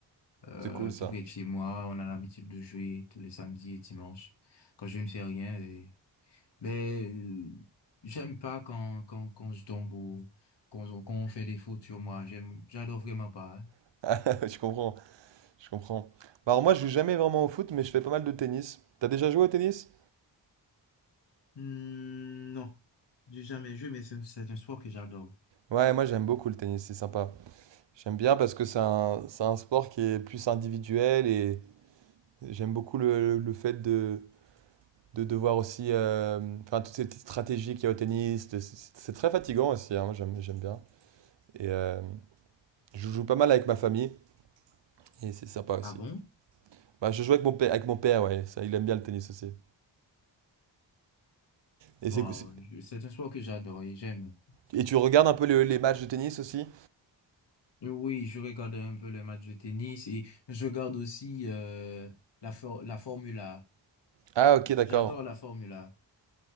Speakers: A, on the left; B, on the right.
A: euh,
B: c'est cool ça.
A: tout près de chez moi, on a l'habitude de jouer tous les samedis et dimanches, quand je ne fais rien, et- mais, euh, j'aime pas quand, quand, quand je tombe ou, quand, on- quand on fait des fautes sur moi, j'aime, j'adore vraiment pas.
B: <laughs> Ah, Je comprends, je comprends. Bah, alors moi, je joue jamais vraiment au foot, mais je fais pas mal de tennis. T'as déjà joué au tennis?
A: Hmm, non, j'ai jamais joué, mais c'est c'est un sport que j'adore.
B: Ouais, moi j'aime beaucoup le tennis, c'est sympa. J'aime bien parce que c'est un, c'est un sport qui est plus individuel et j'aime beaucoup le, le fait de, de devoir aussi... euh, Enfin, toutes ces petites stratégies qu'il y a au tennis, de- c'est c'est très fatigant aussi, hein, moi j'aime, j'aime bien. Et euh, je joue pas mal avec ma famille et c'est sympa aussi.
A: Ah bon?
B: Bah, je joue avec mon père, avec mon père, ouais, ça, il aime bien le tennis aussi. Et,
A: Wow,
B: c'est, c'est-
A: je- c'est un sport que j'adore et j'aime.
B: et tu regardes un peu le- les matchs de tennis aussi?
A: Et oui, je regarde un peu les matchs de tennis et je regarde aussi euh, la for- la Formule A.
B: Ah ok, d'accord.
A: J'adore la Formule A.